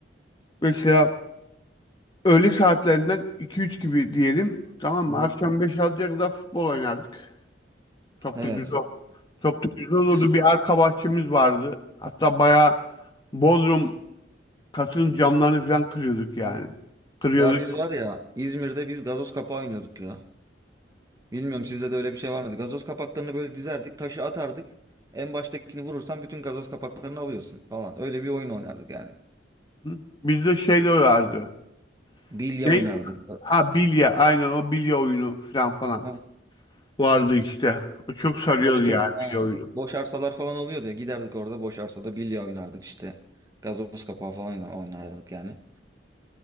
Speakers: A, on the left (about 25°); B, on the right (about 20°).
A: mesela öğle saatlerinden iki üç gibi diyelim. Tamam
B: hı
A: mı?
B: hı.
A: Akşam beş 6ya kadar futbol oynardık. Çok
B: Evet.
A: da güzel. Çok da güzel olurdu.
B: <laughs> Biz,
A: Bir arka bahçemiz vardı. Hatta bayağı Bodrum katının camlarını falan kırıyorduk yani.
B: Hı.
A: Kırıyorduk.
B: ya biz var ya İzmir'de biz gazoz kapağı oynuyorduk ya. Bilmiyorum sizde de öyle bir şey var mıydı? Gazoz kapaklarını böyle dizerdik, taşı atardık. En baştakini vurursan bütün gazoz kapaklarını alıyorsun falan. Öyle bir oyun oynardık yani.
A: Hı? Bizde şey de vardı.
B: Bilye
A: Ne?
B: oynardık.
A: Ha bilye aynen o bilye oyunu falan falan
B: Ha,
A: vardı işte. O çok sarıyordu
B: öyle çok
A: yani
B: ha,
A: bilye oyunu.
B: boş arsalar falan oluyordu ya. Giderdik orada boş arsada bilye oynardık işte. Gazoz kapağı falan oyna- oynardık yani.